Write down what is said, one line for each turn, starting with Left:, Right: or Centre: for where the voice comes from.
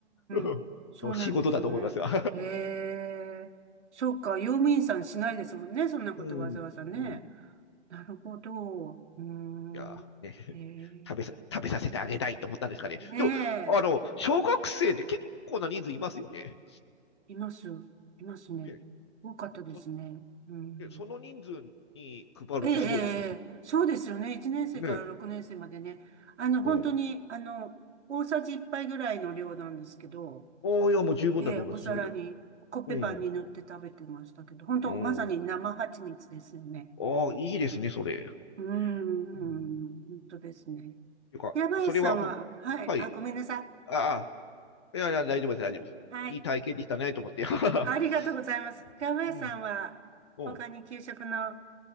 Left: <laughs>
Right: ん。そうなんですね。
Left: の仕事だと思いますが。
Right: ええ。そうか。用務員さんしないですもんね。
Left: <laughs>
Right: そんなことわざわざね。
Left: うん、うん。い
Right: なるほど。うーん。
Left: や、ね、
Right: え
Left: 食べさ、
Right: え。
Left: 食べさせてあげたいと思ったんですかね。
Right: ね
Left: でも、あの、小学生って結構な人数いますよね。
Right: え。います。いますね。
Left: ね
Right: 多かったですね。
Left: そ、
Right: うん。
Left: で、その人数に配るってすごいですよね。
Right: ええ、ええ、ええそうですよね。1年生から6年生までね。
Left: ね
Right: あの、本当に、
Left: え。うん。
Right: あの、大さじ1杯ぐらいの量なんですけど、
Left: ああ、いや、もう十分だと思います、
Right: ええ、お皿に、
Left: それでも。
Right: コッペパンに塗って食べてましたけど、
Left: うん。
Right: 本当、
Left: うん。
Right: まさに生蜂蜜ですよね。
Left: ああ、いいですね、それ。
Right: うーん、
Left: うん。
Right: 本当ですね。
Left: ていうか、
Right: 平林さんは、
Left: それはほん、
Right: はい、
Left: はい。
Right: あ、ごめんなさい。
Left: ああ、いやいや、大丈夫です、大丈夫。
Right: はい、
Left: いい体験できたね、と思って。<laughs>
Right: ありがとうございます。平林さんは、
Left: うん。うん。
Right: 他に給食の